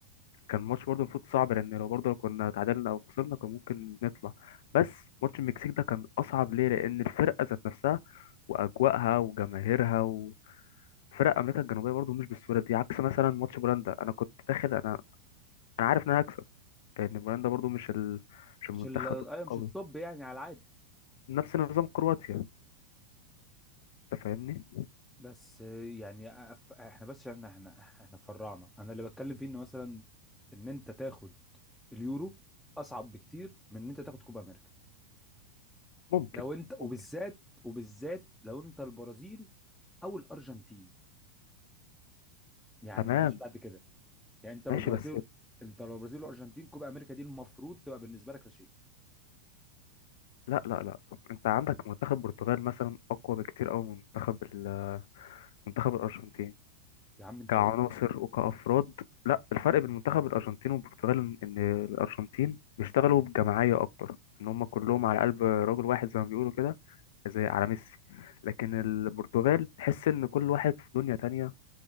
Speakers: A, on the left (about 55°); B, in the centre.
A: كان ماتش برضه المفروض صعب لان لو برضه كنا اتعادلنا او خسرنا كان ممكن نطلع بس ماتش المكسيك ده كان اصعب ليه لان الفرقة ذات نفسها واجواءها وجماهيرها فرق امريكا الجنوبيه برضو مش بالسهوله دي عكس مثلا ماتش بولندا انا كنت داخل انا انا عارف ان انا هكسب لان بولندا برضو مش ال... مش
B: مش
A: المنتخب
B: ال... أيوة،
A: القوي
B: مش التوب يعني على العادي
A: نفس نظام كرواتيا انت فاهمني
B: بس آه، يعني أف- احنا بس عشان احنا احنا فرعنا انا اللي بتكلم فيه ان مثلا ان انت تاخد اليورو اصعب بكتير من ان انت تاخد كوبا امريكا
A: ممكن
B: لو انت وبالذات
A: ممكن
B: وبالذات لو انت البرازيل او الارجنتين يعني
A: تمام
B: مم. مفيش بعد كده يعني انت لو
A: ماشي
B: البرازيل
A: بس
B: انت لو البرازيل والارجنتين كوبا امريكا دي المفروض تبقى بالنسبه لك لا شيء
A: لا لا لا انت عندك منتخب البرتغال مثلا اقوى بكتير قوي من منتخب ال... منتخب الارجنتين
B: يا عم انت
A: كعناصر
B: إيه ده؟
A: وكأفراد لا الفرق بين منتخب الأرجنتين والبرتغال إن إن الأرجنتين بيشتغلوا بجماعية أكتر إن هم كلهم على قلب رجل واحد زي ما بيقولوا كده زي على ميسي لكن البرتغال تحس إن كل واحد في دنيا تانية